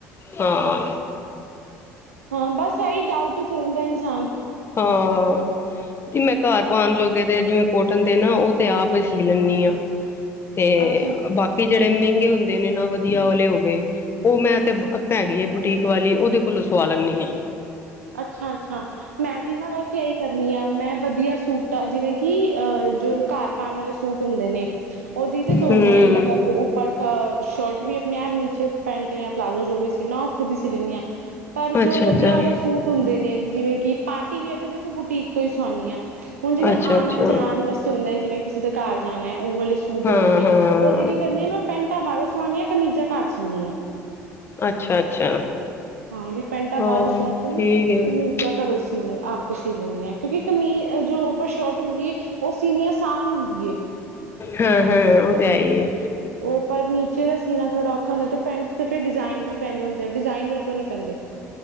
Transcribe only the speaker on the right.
ਹਾਂ ਬਸ ਇਹੀ ਡਾਊਟ ਚ ਰਹਿੰਦਾ ਇਨਸਾਨ
ਅੱਛਾ
ਅੱਛਾ, ਖ ਅੱਛਾ ਮੈਂ ਵੀ ਨਾ ਮੈਂ ਏਹੀ ਕਰਨੀ ਆ ਮੈਂ ਵਧੀਆ ਸੂਟਾਂ ਜਿਵੇਂ ਕਿ ਅਹ ਜੋ ਘਰ ਪਾਉਣ ਵਾਲੇ ਸੂਟ ਹੁੰਦੇ ਨੇ, ਉਹਦੀ ਤੇ ਦੋਨੋ
ਹੀ ਮਤਲਬ ਪਰ ਸ਼ਰਟ ਵੀ ਆਪਣੇ ਆਪ ਨੀਚੇ ਪੈਂਟ ਜਾਂ ਪਲਾਜ਼ੋ ਜੋ ਵੀ ਸੀ ਨਾ ਉਹ ਖੁਦ ਹੀ ਸੀ ਲੈਂਦੀ ਹਾਂ, ਪਰ ਜੋ
ਵਧੀਆ
ਵਾਲੇ ਸੂਟ ਹੁੰਦੇ ਨੇ, ਜਿਵੇਂ ਕਿ ਪਾਰਟੀਵਿਅਰ ਦੇ ਦੇਖੋ ਬੁਟੀਕ ਤੋਂ ਹੀ ਸਿਵਾਨੀ ਆਂ। ਹੁਣ ਜਿਵੇਂ
ਆਨਾ
ਜਾਣ ਵਾਸੱਤੇ। ਹੁੰਦਾ ਜਿਵੇਂ ਕਿਸੇ ਦੇ ਘਰ ਜਾਣਾ ਉਹ ਵਾਲੇ ਸੂਟ
ਹੁੰਦੇ ਨੇ
ਉਹਦੇ ਕੀ ਕਰਨੀ ਆ ਮੈਂ ਪੈਂਟਾਂ ਬਾਹਰੋ ਸਿਵਾਨੀ ਆਂ ਕਮੀਜ਼ਾਂ ਘਰ ਸਿਨੀ ਆਂ।
ਹਾਂ ਉਹਦੀ ਪੈਂਟਾਂ
ਬਾਹਰੋਂ ਸਵਾ ਕੇ ਨਾ,
ਤੇ
ਕਮੀਜ਼ਾ ਘਰੋਂ ਸੀ ਆਪ ਤਾਂ ਸੀ ਲੈਂਨੀ ਆਂ। ਕਿਉਂਕਿ ਕਮੀਜ਼ ਜੋ ਉਪਰ ਸ਼ਰਟ ਹੁੰਦੀ ਹੈ ਉਹ ਸੀਨੀ ਆਸਾਨ ਹੁੰਦੀਏ।
ਉਹ ਪਰ ਨੀਚੇ ਦਾ ਸੀਨਾ ਥੋੜ੍ਹਾ ਔਖਾ ਹੁੰਦਾ ਤੇ ਪੈਂਟ ਤੇ ਫੇਰ ਡਿਜ਼ਾਇਨ ਵੀ ਪੈਣੇ ਹੁੰਦੇ ਆ ਡਿਜ਼ਾਇਨ ਮੇਰੇ ਤੋਂ ਨਹੀਂ ਪੈਂਦੇ।